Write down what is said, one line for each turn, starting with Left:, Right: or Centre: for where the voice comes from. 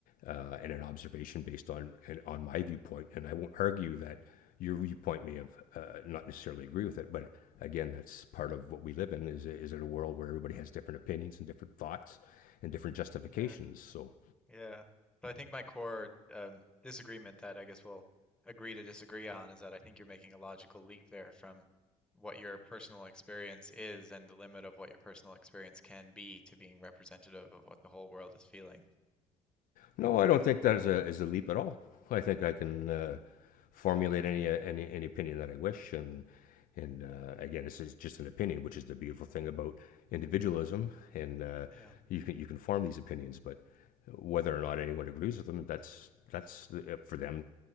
Left: uh, and an observation based on and on my viewpoint, and I won't argue that your viewpoint may have uh, not necessarily agree with it, but again, that's part of what we live in is is in a world where everybody has different opinions and different thoughts and different justifications.
Centre: yeah.
Left: So
Centre: Yeah. But I think my core um, disagreement that I guess we'll agree to disagree on is that I think you're making a logical leap there from what your personal experience is and the limit of what your personal experience can be to being representative of what the whole world is feeling.
Left: No, I don't think that is a is a leap at all. I think I can uh, formulate any uh, any any opinion that I wish, and and uh, again, this is just an opinion, which is the beautiful thing about individualism, and uh,
Centre: Yeah.
Left: you can you can form these opinions, but whether or not anyone agrees with them, that's that's uh, for them